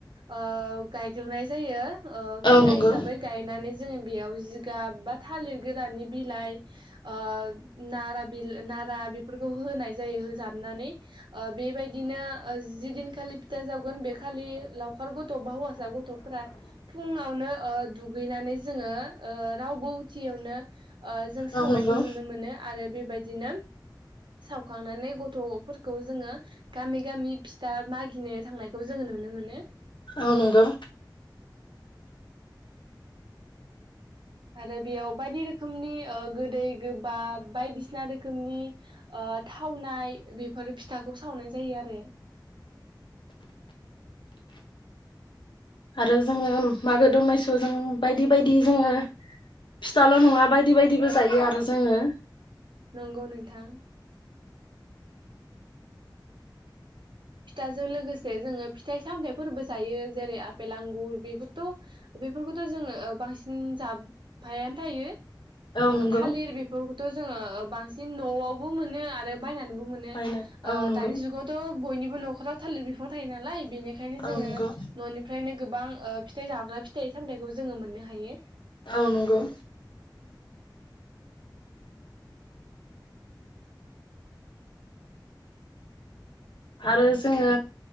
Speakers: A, on the right; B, on the left.
A: ओ गायग्रोनाय जायो। ओ खुन्था
B: औ नंगौ
A: हिसाबै गायनानै जोङो बेयाव जिगाब बा थालिर गोरानि बिलाइ ओ नारा बिल नारा बेफोरखौ होनाय जायो होजाब हाबनानै ओ बेबायदिनो ओ जिदिनखालि फिथा जावगोन बेखालि खालि लावखार गथ' बा हौवासा गथ'फोरा फुङावनो ओ दुगैनानै जोङो ओ रावबो उथियावनो ओ जों सावनायखौ
B: औ नंगौ
A: नुनो मोनो आरो बेबायदि दिनोम सावखांनानै गथ' फोरखौ जोङो गामि गामि फिथा मागिनो थांनायखौ खौ जोङो नुनो मोनो।
B: औ नंगौ।
A: आरो बेयाव बायदि रोखोमनि ओ गोदै गोबाब बायदिसिना रोखोमनि ओ थावनाय बेफोर फिथाखौ सावनाय जायो आरो।
B: आरो जोङो मागो दमासिआव जों बायदि बायदि जोङो फिथाल' नङा बायदि बायदिबो जायो आरो जोङो।
A: नंगौ नोंथां। फिथाजों लोगोसे जोंङो फिथाइ सामथायाइफोरबो जायो। जेरै आपेल, आंगुर बेफोरथ' बेफोरखौथ' जोङो बांसिन जाबफायानो थायो। ओ
B: औ नंगौ
A: थालिर बेफोर थ' जोङो बांसिन न'आवबो मोनो आरो बायनानै- न मोनो
B: बायना औ नंगौ
A: दानि जुगावथ' बयनिबो न'खराव थालिर बिफां थायो नालाय- बेनिखायनो जोङो
B: औ नंगौ
A: न'निफ्रायनो- गोबां ओ फिथाइ जाग्रा फिथाइ सामथाइखौ जोङो मोननो हायो।
B: औ नंगौ।
A: ए
B: आरो जोङो